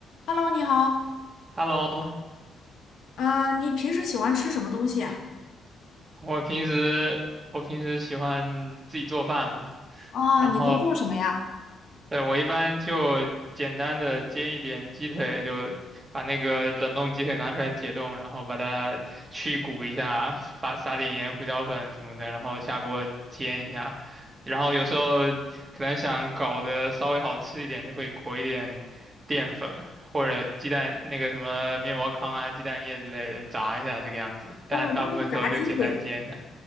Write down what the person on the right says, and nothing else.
Hello，
我平时我平时喜欢自己做饭嘛，
然后
对我一般就简单的煎一点鸡腿，就把那个冷冻鸡腿拿出来解冻，然后把它去骨一下，撒撒点盐、胡椒粉什么的，然后下锅煎一下。然后有时候可能想搞得稍微好吃一点，就会裹一点淀粉或者鸡蛋那个什么面包糠啊、鸡蛋液之类的炸一下这个样子，但大部分时候就简单煎一下。